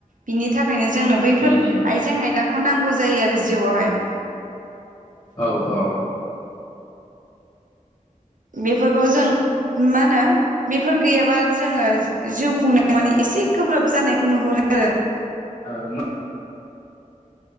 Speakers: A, on the right; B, on the left.
A: बिनि थाखायनो जोंनो बैफोर
B: उम उम
A: आइजें आइला खौ नांगौ जायो आरो जिउआवहाय ।
B: औ औ ।
A: बेफोरखौ जों मा होनो बेफोर गैयाबा जोङो जिउ खुंनायाव माने एसे गोब्राब जानायखौ नुहुरो आरो ।
B: ओ मो